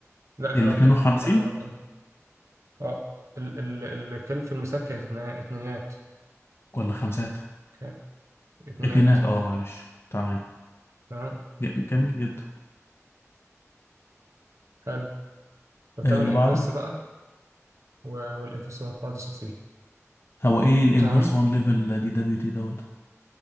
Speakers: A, on the right; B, on the left.
A: لا دي
B: ال
A: راندوم
B: 52
A: كل حاجه راندوم اه ال- ال- اللي كان في الميزان كانت اتنا- اتنينات
B: ولا خمسات
A: كان اتنينات
B: اتنينات اه معلش تمام
A: تمام
B: ج- جميل جدا
A: حلو وتعمل
B: آه، اللي
A: انفرس
B: بعده
A: بقى و- والانفرس هو قاعدة سي تي
B: هو ايه الانفرس
A: تمام
B: 1 ليفل دي دبليو تي دوت